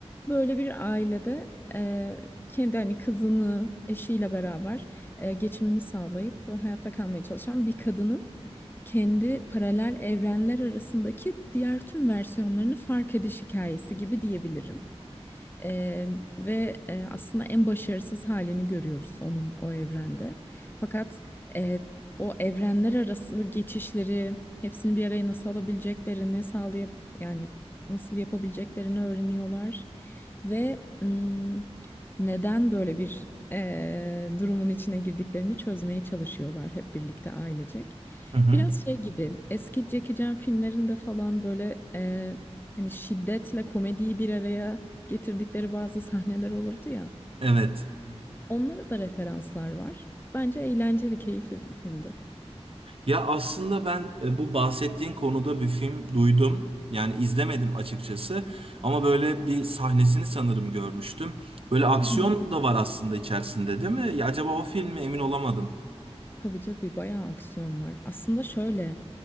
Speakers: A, on the left; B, on the right.
A: Böyle bir ailede e, kendi hani kızını eşiyle beraber e, geçimini sağlayıp hayatta kalmaya çalışan bir kadının kendi paralel evrenler arasındaki diğer tüm versiyonlarını fark ediş hikayesi gibi diyebilirim. Eee, ve eee, aslında en başarısız halini görüyoruz onun o evrende. Fakat eee, o evrenler arası geçişleri hepsini bir araya nasıl alabileceklerini sağlayıp yani nasıl yapabileceklerini öğreniyorlar. Ve ım, neden böyle bir eee, durumun içine girdiklerini çözmeye çalışıyorlar hep birlikte ailecek.
B: Hı hı.
A: Biraz şey gibi eski Jackie Chan filmlerinde falan böyle eee, hani şiddetle komediyi bir araya getirdikleri bazı sahneler olurdu ya.
B: Evet.
A: Onlara da referanslar var. Bence eğlenceli, keyifli bir filmdi.
B: Ya aslında ben e, bu bahsettiğin konuda bir film duydum. Yani izlemedim açıkçası. Ama böyle bir sahnesini sanırım görmüştüm. Böyle aksiyon
A: Hı hı.
B: da var aslında içerisinde, değil mi? Ya acaba o film mi? Emin olamadım.
A: Tabii tabii bayağı aksiyon var. Aslında şöyle,